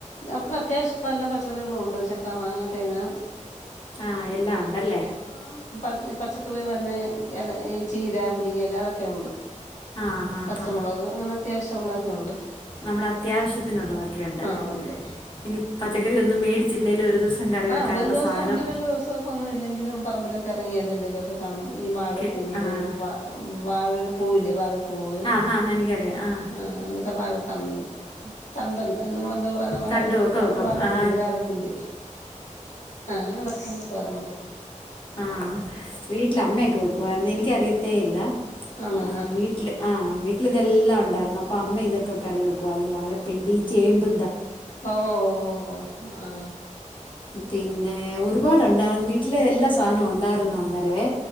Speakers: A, on the left (about 65°); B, on the left (about 40°).
A: നമുക്ക് അത്യാവശ്യം നല്ല പച്ചക്കറികളും ഉണ്ട് ചക്ക മാങ്ങ തേങ്ങ
B: ആ എല്ലാം ഒണ്ടല്ലേ
A: ആ പപച്ചക്കറേളന്നെ എൽ അയ് ചീര മു രിങ്ങേല അതൊക്കെ ഉണ്ട്
B: ആഹ് ആഹ്
A: പച്ചമുളക്അങ്ങനെ
B: ആഹ്
A: അത്യാവശ്യ ഒള്ളൊതൊക്കെ ഉണ്ട്
B: നമ്മുടെ അത്യാവശ്യത്തിനുള്ളതൊക്കെയുണ്ട്
A: ആ ഉണ്ട്
B: ഇനി
A: ഉം
B: പച്ചക്കറി ഒന്നും മേടിച്ചില്ലേലും ഒരു ദിവസം കറി
A: ആ
B: വെക്കാനുള്ള
A: ഒരു ദിവസം
B: സാധനം
A: ഒന്നും രണ്ടു ദിവസമൊക്കെ ഒന്നും ഇല്ലെങ്കിലും പറമ്പിലൊക്കെ ഇറങ്ങിയാലെന്തേലൊക്കെ കാണും ഈ വഴക്കൂമ്പ്
B: ഒക്കെ ആഹ്
A: വ മ് വാഴയുടെ പൂവില്ലേ വാഴ പൂവ്
B: ആഹ് ആഹ് എനിക്കറിയാം
A: ഉം
B: ആഹ്
A: ആ എന്നിട്ട വാഴ തണ്ട് തണ്ട് അൽ നിങ്ങളെന്താ പറയുന്ന വാഴവാഴ
B: കണ്ടു ഒക്കെ വെക്കും
A: വാഴപ്പിണ്ടി
B: ആ
A: വാഴ പ്പിണ്ടി ആ <inaudible> തോരൻ വെക്കോ
B: ആ വീട്ടിലമ്മയൊക്കെ വെക്കുവാരുന്നു എനി ക്കറിയത്തേ ഇല്ല
A: ആണോ
B: ആ വീട്ടില് ആവീ ഇതെല്ലാ ഒണ്ടായിരുന്നു അപ്പൊ അമ്മ ഇതൊക്കെ കറി വെക്കുവായിരുന്നു വാ ഴപ്പിണ്ടി ചേമ്പ്
A: ഓ ഓ ഓ ആ
B: പിന്നെ ഒരുപാടൊണ്ടാരുന്നു വീട്ടില് എല്ലാ സാധനോം ഒണ്ടാരുന്നു അന്നേരവേ